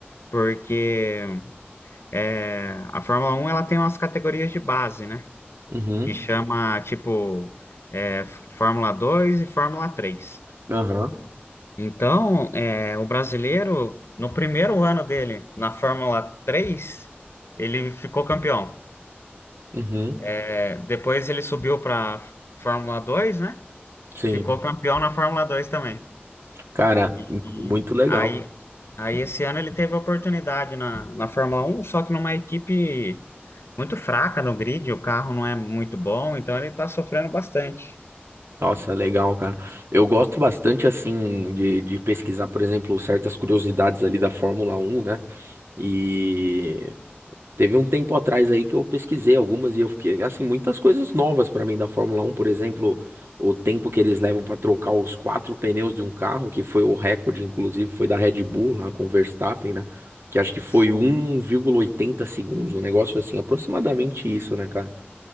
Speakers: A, on the left; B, on the right.
A: porque é, a Fórmula 1 ela tem umas categorias de base, né?
B: uhum,
A: Que chama tipo é, F- Fórmula 2 e Fórmula 3.
B: aham,
A: Então, é, o brasileiro, no primeiro ano dele na Fórmula 3, ele ficou campeão.
B: uhum,
A: É, depois ele subiu para Fórmula 2, né?
B: sim.
A: Ficou campeão na Fórmula 2 também.
B: Cara,
A: E,
B: m-
A: e
B: muito legal.
A: aí, aí esse ano ele teve a oportunidade na, na Fórmula Um só que numa equipe muito fraca no grid, o carro não é muito bom, então ele está sofrendo bastante.
B: Nossa, legal, cara. Eu gosto bastante, assim, de, de pesquisar, por exemplo, certas curiosidades ali da Fórmula Um, né? E Teve um tempo atrás aí que eu pesquisei algumas e eu fiquei, assim, muitas coisas novas pra mim da Fórmula Um por exemplo, o tempo que eles levam pra trocar os quatro pneus de um carro, que foi o recorde, inclusive, foi da Red Bull lá com o Verstappen, né? Que acho que foi
A: Sim,
B: 1,80 segundos, um negócio assim, aproximadamente isso, né, cara?